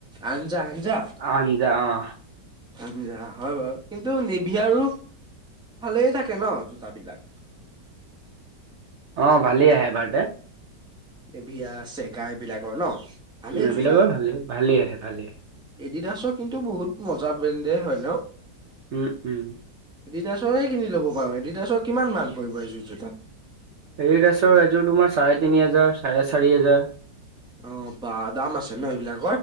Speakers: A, in the centre; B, on the right.
A: আঞ্জা আঞ্জা
B: আঞ্জা অ'।
A: আঞ্জা হয় বাৰু। কিন্তু নিভি আৰু ভালেই থাকে ন জোতা বিলাক।
B: অহ ভালেই আহে এবাৰতে
A: এভিয়া, চেগা এইবিলাকৰ ন ভালেই
B: এইবিলাকৰ
A: জোতা
B: ভালে ভালেই আহে ভালেই।
A: এডিডাছ কিন্তু বহুত মজা ব্ৰেণ্ডে হয় ন,
B: উম, উম।
A: এডিডাছৰে কিনি ল'ব পাৰো এডিডাছৰ কিমান মান পৰিব এজোৰ জোতাত?
B: এডিডাছৰ এজোৰ তোমাৰ চাৰে তিনি হাজাৰ, চাৰে চাৰি হজাৰ।
A: অহ বা দাম আছে ন এইবিলাক।